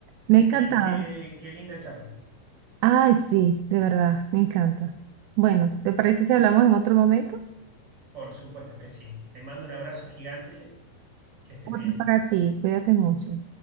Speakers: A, on the right; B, on the right.
A: Me ha encantado.
B: Mary, qué, qué linda charla.
A: Ay, sí, de verdad, me encanta. Bueno, ¿te parece si hablamos en otro momento?
B: Por supuesto que sí. Te mando un abrazo gigante, que estés
A: Otro
B: bien.
A: para ti, cuídate mucho.